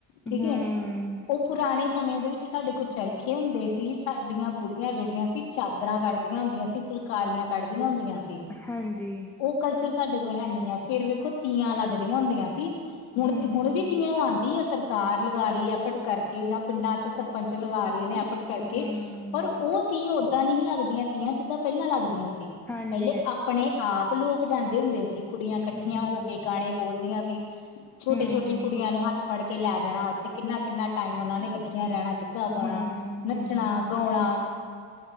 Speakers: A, in the centre; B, on the left.
A: ਹੂੰ,
B: ਠੀਕ ਹੈ ਉਹ। ਪੁਰਾਣੇ ਸਮੇਂ ਦੇ ਵਿੱਚ ਸਾਡੇ ਕੋਲ ਚਰਖੇ ਹੁੰਦੇ ਸੀ ਸਾਡੀਆਂ ਬੁੜੀਆਂ ਜਿਹੜੀਆਂ ਸੀ ਚਾਦਰਾਂ ਕਡਦੀਆਂ ਹੁੰਦੀਆਂ। ਫੁਲਕਾਰੀਆਂ ਕੱਢਦੀਆਂ ਹੁੰਦੀਆਂ ਸੀ।
A: ਹਾਂਜੀ।
B: ਉਹ ਕਲਚਰ ਸਾਡੇ ਕੋਲ ਹੈਨੀ ਆ ਫੇਰ ਵੇਖੋ ਤੀਆਂ ਲੱਗਦੀਆਂ ਹੁੰਦੀਆਂ ਸੀ। ਹੁਣ
A: ਹੂੰ-ਹੂੰ-ਹੂੰ,
B: ਤੇ ਹੁਣ ਵੀ ਤੀਆਂ ਲਾਉਂਦੀ ਆ ਅਸਰ। ਕਾਰ ਲਗਾ ਰਹੀ ਐਫਟ ਕਰਕੇ ਜਾਂ ਪਿੰਡਾਂ ਚ ਸਰਪੰਚ ਲਵਾ ਰਹੇ ਨੇ ਐਫਟ ਕਰਕੇ
A: ਹੂੰ,
B: ਪਰ। ਉਹ ਤੀ ਓਦਾਂ ਨਹੀਂ ਲੱਗਦੀਆਂ ਤੀਆਂ ਜਿੱਦਾਂ ਪਹਿਲਾਂ ਲੱਗਦੀਆਂ ਸੀ
A: ਹਾਂਜੀ-ਹਾਂਜੀ।
B: ਪਹਿਲੇ ਆਪਣੇ। ਆਪ ਲੋਕ ਜਾਂਦੇ ਹੁੰਦੇ ਸੀ ਕੁੜੀਆਂ ਇਕੱਠੀਆਂ
A: ਹੂੰ,
B: ਹੋ ਕੇ ਗਾਣੇ ਬੋਲਦੀਆਂ ਸੀ। ਛੋਟੇ
A: ਹਾਂਜੀ,
B: ਛੋਟੀਆਂ ਕੁੜੀਆਂ ਨੂੰ ਹੱਥ ਫੜ ਕੇ ਲੈ ਜਾਣਾ ਉੱਥੇ ਕਿੰਨਾ ਕਿੰਨਾ ਟਾਈਮ ਉਹਨਾ ਨੇ ਲੱਗੀਆਂ ਰਹਿਣਾ। ਗਿੱਧਾ ਪਾਉਣਾ
A: ਹਾਂਜੀ। ਹੂੰ, ਹੂੰ,
B: ਨੱਚਣਾ
A: ਹੂੰ-ਹੂੰ-ਹੂੰ।
B: ਗਾਉਣਾ